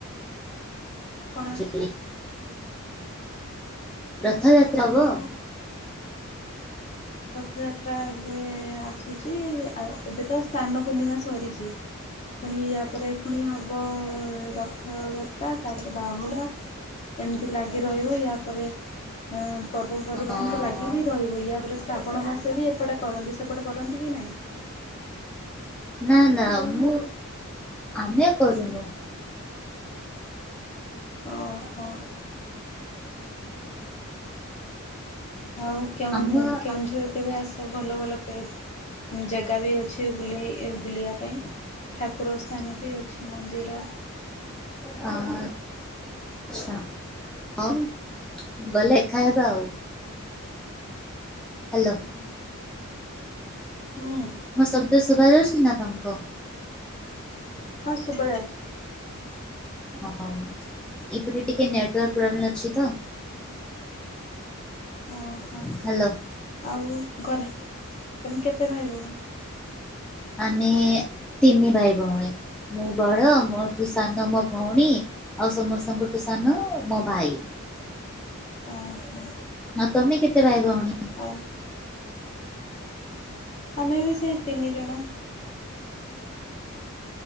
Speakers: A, on the left; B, in the centre.
A: କଣ
B: ଜୁଲାଇ
A: ଆସୁଚି?
B: ରଥଯାତ୍ରା
A: ଓହୋ ଆମ
B: ହବ।
A: ହଁ ରଥଯାତ୍ରା ଏବେ ଆସୁଚି। ଆ ଏବେତ ସ୍ନାନପୂର୍ଣ୍ଣିମା ସରିଚି। ପୁଣି ୟା ପରେ ପୁଣି ହବ ରଥଯାତ୍ରା । ତାପରେ ବାହୁଡ଼ା। ଏମିତି ଲାଗି ରହିବ। ୟା ପରେ ଅ ପର୍ବପର୍ବାଣି
B: ହଁ
A: ତ ଲାଗି ବିି ରହିବ। ୟା ପରେ ଶ୍ରାବଣ ମାସ ବି ଏପଟେ କରନ୍ତି। ସେପଟେ କରନ୍ତି କି ନାହିଁ?
B: ନା ନା ମୁଁ ଆମେ କରୁନୁ।
A: ଓ ହୋ। ଆଉ କେଉଁ
B: ଆମ
A: କେଉଁଝର
B: ଆ
A: କେବେ ଆସ ଭଲ ଭଲ ପ୍ଲେସ ଜାଗା ବି ଅଛି। ବୁଲେଇ ବୁଲିବା ପାଇଁ ଠାକୁର ସ୍ଥାନ ବି ଅଛି ମନ୍ଦିର।
B: ଓ। ଆଛା ହଁ ଗଲେ ଦେଖା ହେବା ଆଉ । ହାଲୋ।
A: ହୁଁ ହୁଁ
B: ମୋ ଶବ୍ଦ ଶୁଭାଯାଉଚି ନା ତମକୁ?
A: ଶୁଭାଯାଉଚି।
B: ହଁ, ଏପଟେ ଟିକେ ନେଟୱାର୍କ ପ୍ରୋବ୍ଲେମ୍ ଅଛି ତ।
A: ଓହୋ,
B: ହ୍ୟାଲୋ
A: ଆଉ ଘରେ ତମେ କେତେ ଭାଇ ଭଉଣୀ?
B: ଆମେ ତିନି ଭାଇ ଭଉଣୀ। ମୁଁ ବଡ ମୋଠୁ ସାନ ମୋ ଭଉଣୀ ଆଉ ସମସ୍ତଙ୍କଠୁ ସାନ ମୋ ଭାଇ।
A: ଓ ହୋ।
B: ଆଉ ତମେ କେତେ ଭାଇ ଭଉଣୀ?
A: ଅ। ଆମେ ବି ସେଇ ତିନି ଜଣ।